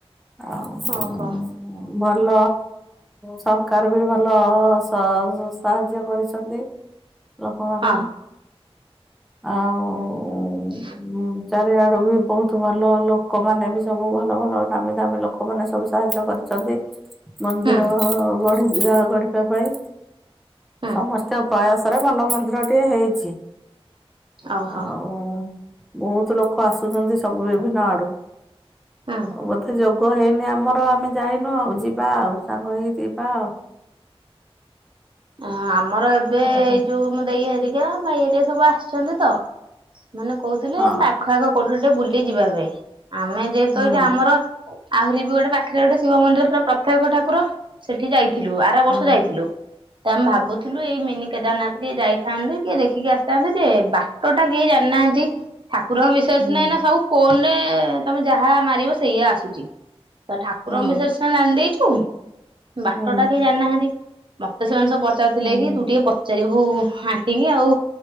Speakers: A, in the centre; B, on the right (about 55°).
A: ଆଉ
B: ଓହୋ
A: ଭଲ ସରକାର ବି ଭଲ ସାହାଯ୍ୟ କରିଛନ୍ତି ଲୋକମାନ
B: ହଁ
A: ଆଉ
B: ହ <inaudible>
A: ଚାରିଆଡ଼ୁ ବି ବହୁତ ଭଲ ଲୋକମାନେ ବି ସବୁ ଭଲ ଭଲ ଦାମୀ ଦାମୀ ଲୋକମାନେ ସବୁ ସାହାଯ୍ୟ କରିଛନ୍ତି। <inaudible> ମନ୍ଦିର
B: ହୁଁ
A: ଗଢ଼ିବ ଗଢ଼ିବା ପାଇଁ
B: ହୁଁ
A: ସମସ୍ତେ ପ୍ରୟାସ ଭଲ ମନ୍ଦିର ଟେ ହେଇଛି
B: ଓହୋ
A: ଆଉ ବହୁତ ଲୋକ ଆସୁଛନ୍ତି ସବୁ ବିଭିନ୍ନ ଆଡ଼ୁ।
B: ହଁ
A: ବୋଧେ ଯୋଗ ହେଇନି ଆମର ଆମେ ଯାଇନୁ ଆଉ ଯିବା ଆଉ ସାଙ୍ଗ ହେଇକି ଯିବା ଆଉ।
B: ଆମର ଏବେ
A: ଓହୋ
B: ଏଇ ଯୋଉ ମୁଁ ଦେଇ ହରିକା ଭାଇ ହରୀକା ସବୁ ଆସିଛନ୍ତିତ। ମାନେ କହୁଥିଲେ
A: ହଁ
B: ଆମ ପାଖ ଆଖ କୋଉଠି ଟିକେ ବୁଲି ଯିବା ପାଇଁ ଆମେ ଯେହେତୁ
A: ହୁଁ
B: ଏଇଟି ଆମର ଆହୁରି ବି ଗୋଟେ ପାଖରେ ଗୋଟେ ଶିବ ମନ୍ଦିର ପୁରା ପ୍ରତ୍ୟେକ ଠାକୁର ସେଠି ଯାଇଥିଲୁ ଆର ବର୍ଷ
A: ହୁଁ
B: ଯାଇଥିଲୁ ତ ଆମେ ଭାବୁଥିଲୁ ମିନି କେଦାରନାଥ ଟିକେ ଯାଇଥାନ୍ତେ ଟଏ ଦେଖିକି ଆସିଥାନ୍ତେ ଯେ ବାଟ ଟା କେହି ଜାଣିନାହାନ୍ତି ଠାକୁରଙ୍କ ବିଷୟସ
A: ହୁଁ ହୁଁ
B: ନହିଁ ନା ସବୁ ଫୋନରେ ତମେ ଯାହା ମାରିବ ସେଇଆ ଆସୁଛି ତ ଠାକୁରଙ୍କ
A: ହୁଁ
B: ବିଷୟରେ ସିନା ଜାଣି ଦେଇଛୁ ବାଟ
A: ହୁଁ
B: ଟା କେହି ଜାଣିନାହାନ୍ତି ତ ସେମାନେ ସବୁ ପଚାରୁଥିଲେ
A: ହୁଁ
B: କି ତୁ ଟିକେ ପଚାରିବୁ ଆଣ୍ଟି କୁ ଆଉ